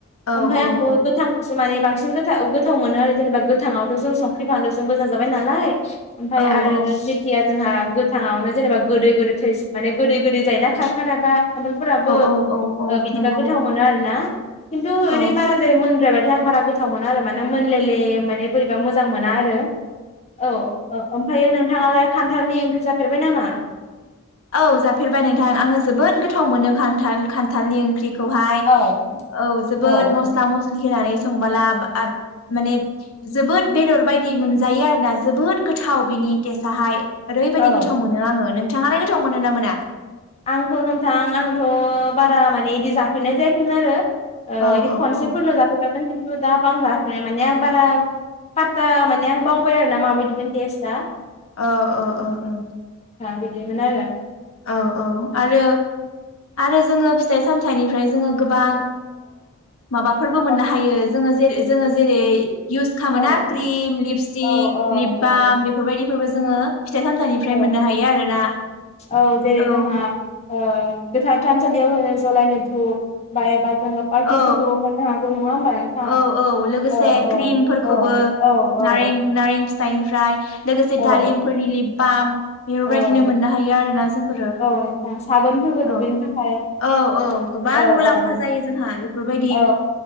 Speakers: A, on the left; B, on the left.
A: औ
B: ओमफ्राय
A: औ
B: आंबो
A: औ
B: गोथांखौसो माने बांसिन बांसिन गो गोथाव मोनो आरो जेनेबा गोथाङावथ' जों संख्रि फानलुजों गोजा जाबाय नालाय ओमफ्राय
A: औ
B: आरो
A: औ
B: जेखिया जोंहा गोथाङावनो जेनेबा गोदै गोदै थै माने गोदै गोदै जायोना खायफा खायफा हान्थालफोराबो
A: औ औ औ
B: बिदिबा
A: नंगौ
B: गोथाव मोनो आरोना खिन्थु
A: औ
B: इदि बाराद्राय मोनद्रायबा ओमफ्राय आं बारा गोथाव मोना आरो माना मोनलेले माने बोरैबा मोजां मोना आरो औ ओमफ्रायो नोंथाङालाय खान्थालनि ओंख्रि जाफेरबाय नामा?
A: औ जाफेरबाय नोंथां आङो जोबोद गोथाव मोनो खान्थाल खान्थालनि ओंख्रि। औ हाय
B: औ
A: औ जोबोद
B: औ नों
A: मस्ला-मस्लि होनानै संबोला माने जोबोद बेदर बायदि मोनजायो आरोना जोबोद गोथाव। नि टेसहाय ओरैबायदि
B: औ
A: गोथाव मोनो आङो नोंथाङालाय गोथाव मोनो ना मोना?
B: आंथ' नोंथां आंथ' बारा माने बिदि जाफेरनाय जायाखैमोन आरो ओ
A: औ
B: बिदि
A: औ
B: खनसेफोरनो
A: औ
B: जाफैबायमोन खिन्थु दा बां माने आं बारा पात्ता माने आं बावबाय आरोना माबायदिमोन टेस्टआ
A: औ अ अ औ
B: बिदिमोन आरो
A: औ औ आरो आरो जोङो फिथाइ सामथाइनिफ्राय जोङो ओ गोबां माबाफोरबो मोननो
B: औ
A: हायो जोङो जोङो जेरै इउस खालामो
B: औ
A: ना क्रिम लिपस्टिक
B: औ औ
A: लिप बाम बेफोरबायदिफोरबो। जोङो फिथाइ सामथाइनिफ्राय
B: औ
A: मोननो हायो आरोना
B: औ जेरै
A: औ
B: जोंहा ओ गोथार थानसालियाव होनो जलायनो धुप बा एबा जोङो पारसेन्टफोरखौबो
A: औ
B: मोननो हागौ। नङा होमबा नोंथां
A: औ औ लोगोसे
B: औ औ
A: क्रिमफोरखौबो
B: औ औ
A: नारें नारें फिथाइनिफ्राय लोगोसे
B: औ
A: दालिमफोरनि लिपबाम बेफोरबायदिनो
B: औ
A: मोननो हायो आरोना जोंफोरो
B: औ नोंथां साबोनफोरबो दुगैनो
A: औ।
B: थाखाय
A: औ औ गोबां
B: औ
A: मुलाम्फा
B: औ नोंथां
A: जायो जोंहा बेफोरबायदि।
B: औ